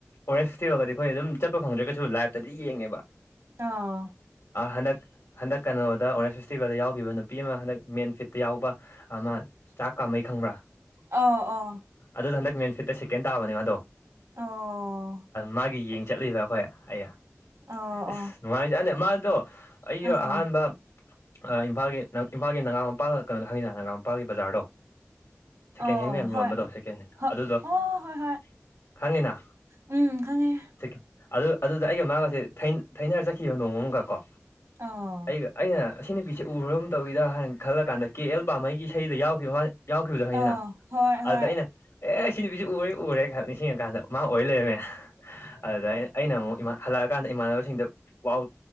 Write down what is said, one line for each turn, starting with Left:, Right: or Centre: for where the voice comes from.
Left: ꯑꯣꯔꯦꯟꯖ ꯐꯦꯁꯇꯤꯚꯦꯜꯗꯗꯤ ꯐꯣꯏ ꯑꯗꯨꯝ ꯆꯠꯄ ꯐꯪꯗ꯭ꯔꯒꯁꯨ ꯂꯥꯏꯞꯇꯗꯤ ꯌꯦꯡꯉꯦꯕ
Right: ꯑꯥ
Left: ꯍꯟꯗꯛ ꯍꯟꯗꯛ ꯀꯩꯅꯣꯗ ꯑꯣꯔꯦꯟꯖ ꯐꯦꯁꯇꯤꯚꯦꯜꯗ ꯌꯥꯎꯈꯤꯕ ꯅꯨꯄꯤ ꯑꯃ ꯍꯟꯗꯛ ꯃꯦꯟ ꯐꯤꯠꯇ ꯌꯥꯎꯕ ꯑꯃ ꯆꯥꯛ ꯀꯥꯃꯩ ꯈꯪꯕ꯭ꯔꯥ
Right: ꯑ ꯑꯣ
Left: ꯑꯗꯨꯗ ꯍꯟꯛ ꯃꯦꯟ ꯐ꯭ꯤꯠꯇ ꯁꯦꯀꯦꯟ ꯇꯥꯕꯅꯦ ꯑꯗꯣ
Right: ꯑꯣ
Left: ꯃꯥꯒꯤ ꯌꯦꯡ ꯆꯠꯂꯤꯕ ꯑꯩꯈꯣꯏ ꯑꯩ
Right: ꯑꯣ
Left: ꯑꯁ
Right: ꯑꯣ
Left: ꯅꯨꯡꯉꯥꯏꯖꯅꯦ ꯃꯥꯗꯣ ꯑꯩꯗꯣ
Right: ꯑꯥ
Left: ꯑꯍꯥꯟꯕ ꯏꯝꯐꯥꯜ ꯏꯝꯐꯥꯜꯒꯤ ꯅꯒꯥ ꯃꯄꯥꯜ ꯀꯩꯅꯣ ꯍꯡꯅ ꯅꯅꯥꯒꯥ ꯃꯄꯥꯜ ꯕꯖꯥꯔꯗꯣ ꯁꯦꯀꯦꯟ
Right: ꯑꯣ
Left: ꯍꯦꯟꯒ ꯌꯥꯝ
Right: ꯍꯣꯏ
Left: ꯌꯣꯟꯕꯗꯣ ꯁꯦꯀꯦꯟ ꯍꯦꯟ
Right: ꯍꯣꯏ
Left: ꯑꯗꯨꯗꯣ
Right: ꯑꯣ
Left: ꯈꯪꯉꯤꯅ
Right: ꯍꯣꯏ ꯍꯣꯏ ꯎꯝ ꯈꯪꯉꯦ
Left: ꯆꯀꯦ ꯑꯗꯨ ꯑꯗꯨꯗ ꯑꯩꯒ ꯃꯥꯒꯁꯦ ꯊꯩꯅꯔ ꯆꯠꯈꯤꯕ ꯅꯣꯡꯃ ꯑꯃꯒ ꯀꯣ
Right: ꯑꯥ
Left: ꯑꯩꯒ ꯑꯩꯅ ꯑꯁꯤ ꯅꯨꯄꯤꯁꯦ ꯎꯈ꯭ꯔ ꯑꯃ ꯇꯧꯋꯗ ꯍꯥꯏꯅ ꯈꯜꯂ ꯀꯥꯟꯗ ꯀꯦ ꯑꯦꯜ ꯄꯥꯝꯍꯩꯒꯤ ꯏꯁꯩꯗ ꯌꯥꯎꯈꯤꯕ ꯃꯥ ꯌꯥꯎꯈꯤꯕꯗꯣ ꯍꯗꯅ
Right: ꯑꯣ ꯍꯣꯏ
Left: ꯑꯗꯨꯗ
Right: ꯍꯣꯏ
Left: ꯑꯩꯅ ꯑꯦ ꯑꯩ ꯁꯤ ꯅꯨꯄꯤꯁꯤ ꯎꯔꯦ ꯎꯔꯦ ꯅꯤꯡꯁꯤꯡꯉꯀꯥꯟꯗ ꯃꯥ ꯑꯣꯏ ꯂꯩꯔꯝꯃꯦ ꯑꯗꯨꯗꯩꯅ ꯑꯩꯅ ꯑꯃꯨꯛ ꯍꯜꯂꯛꯑꯀꯥꯟꯗ ꯏꯃꯥꯟꯅꯕꯁꯤꯡꯗ ꯋꯥ